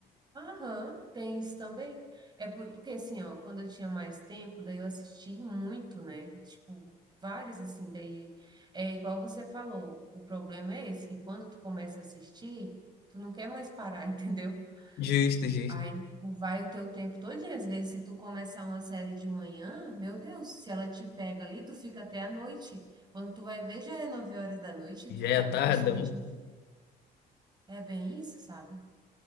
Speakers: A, on the right; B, on the left.
A: Aham, tem isso também. É por- porque assim, ó, quando eu tinha mais tempo, daí eu assisti muito, né? Tipo, várias assim, daí é igual você falou. O problema é esse, que quando tu começa a assistir, tu não quer mais parar, <laughs> entendeu?
B: <laughs> Justo, justo.
A: Aí tipo, vai o teu tempo todinho. Às vezes, se tu começar uma série de manhã, meu Deus, se ela te pega ali, tu fica até a noite. Quando tu vai ver, já é nove horas da noite
B: Já
A: e tu tá-
B: é tarde.
A: passou o dia É bem isso, sabe?